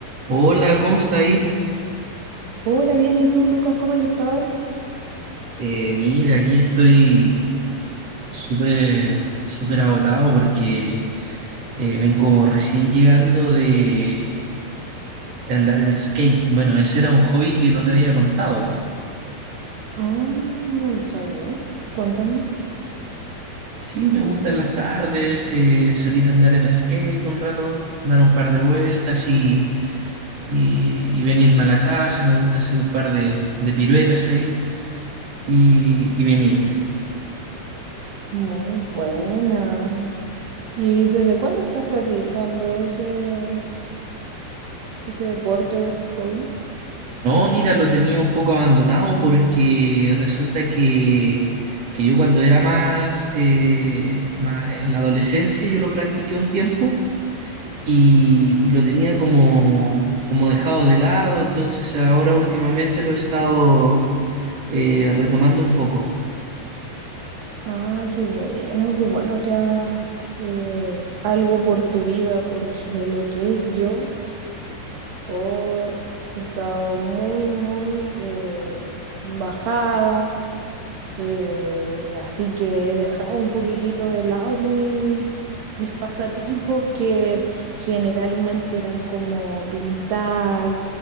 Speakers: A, on the right; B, on the right.
A: Hola, ¿cómo está ahí?
B: Hola, bien, ¿y tú, Lucas? ¿Cómo has estado?
A: Eh, mira, aquí estoy súper, súper agotado porque eh, vengo recién llegando de, de andar en skate. Bueno, ese era un hobby que no te había contado. po.
B: Ah, no lo sabía. Cuéntame.
A: Sí, me gustan las tardes, eh, salir a andar en skate un rato, dar un par de vueltas y, y- y venirme a la casa. Me gusta hacer un par de, de piruetas ahí y, y venirme.
B: Muy buena. ¿Y desde cuándo estás practicando ese, ese deporte o ese hobby?
A: No, mira, lo tenía un poco abandonado porque resulta que, que yo cuando era más, eh, más en la adolescencia yo lo practiqué un tiempo y, y lo tenía como, como dejado de lado, entonces ahora últimamente lo he estado eh, retomando un poco.
B: Ah, qué bueno, qué bueno que hagas eh, algo por tu vida, porque lo que es yo, oh, he estado muy, muy eh, bajada, Eh, así que he dejado un poquitito de lado mi- mis pasatiempos que generalmente eran como pintar.